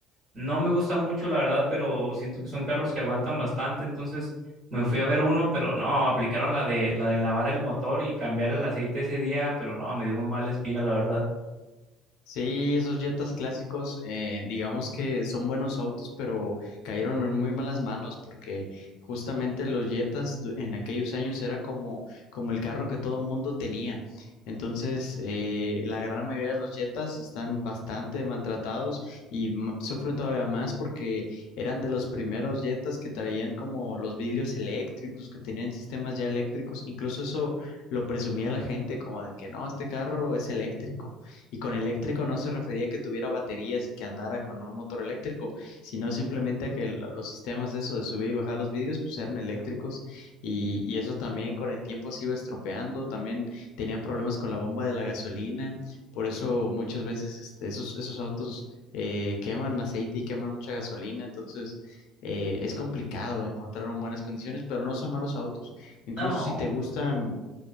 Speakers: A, on the right; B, on the left.
A: No me gusta mucho, la verdad, pero siento que son carros que aguantan bastante, entonces me fui a ver uno, pero no, aplicaron la de, la de lavar el motor y cambiar el aceite ese día, pero no, me dio muy mala espina, la verdad.
B: Sí, esos Jetas clásicos, eh, digamos que son buenos autos, pero cayeron en muy malas manos porque justamente los Jetas du- en aquellos años era como, como el carro que todo el mundo tenía. Entonces, eh, la gran mayoría de los Jetas están bastante maltratados y m- sufren todavía más porque eran de los primeros Jetas que traían como los vidrios eléctricos, que tenían sistemas ya eléctricos. Incluso eso lo presumía la gente como de que no, este carro es eléctrico. Y con eléctrico no se refería a que tuviera baterías y que andara con un motor eléctrico, sino simplemente a que l- los sistemas eso de subir y bajar los vidrios pues eran eléctricos y, y eso también con el tiempo se iba estropeando, también tenían problemas con la bomba de la gasolina, por eso muchas veces este, esos, esos autos eh, queman aceite y queman mucha gasolina, entonces eh, es complicado encontrar en buenas condiciones, pero no son malos autos. Incluso
A: No.
B: si te gustan